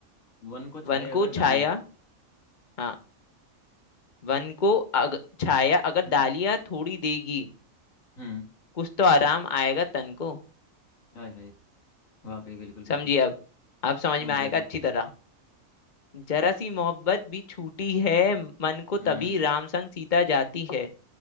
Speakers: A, on the left (about 70°); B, on the left (about 35°).
A: वन को
B: वन
A: छाए अगर
B: को
A: डालियाँ
B: छाया हाँ वन को अग, छाया अगर
A: हम्म
B: डालियां थोड़ी देगी
A: हम्म
B: कुछ तो आराम आएगा तन को
A: हाय हाय वाकई बिल्कुल
B: समझिए
A: बिल्कुल
B: अब अब समझ
A: समझ
B: में आएगा
A: गया समझ
B: अच्छी तरह जरा सी मोहब्बत भी छूटी है मन को
A: हम्म
B: तभी राम संग सीता जाती है